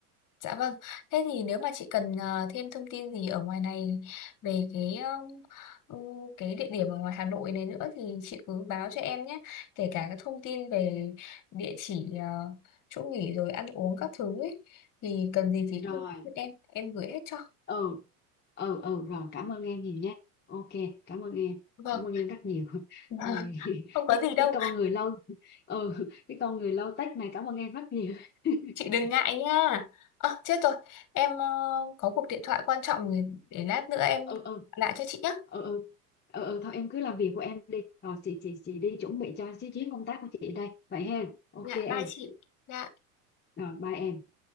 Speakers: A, on the left (about 40°); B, on the left (about 20°).
A: Dạ vâng, thế thì nếu mà chị cần ờ, thêm thông tin gì ở ngoài này về cái um, ừ, cái địa điểm ở ngoài Hà Nội này nữa thì chị cứ báo cho em nhé, kể cả các thông tin về địa chỉ ờ, chỗ nghỉ rồi ăn uống các thứ ấy thì cần gì
B: Rồi,
A: thì cứ cứ em em gửi hết cho.
B: ừ, ừ, ừ, rồi cảm ơn em nhiều nhé. Ok, cảm ơn em,
A: Vâng,
B: cảm ơn em rất nhiều. <laughs>
A: <laughs>
B: Ôi, <laughs>
A: không có
B: cái,
A: gì đâu,
B: cái con người lâu, ừ, cái con người lâu tách này cảm ơn em rất nhiều. <laughs>
A: chị đừng ngại nha. Ờ chết rồi, em ờ, có cuộc điện thoại quan trọng để lát nữa em
B: Ừ,
A: gọi
B: ừ,
A: lại cho chị nhé.
B: ừ, ừ, ừ, ừ, thôi em cứ làm việc của em đi. Rồi chị, chị, chị đi chuẩn bị cho cái chuyến công tác của chị đây. Vậy ha, ok
A: Dạ
B: em,
A: bye chị. Dạ.
B: rồi bye em.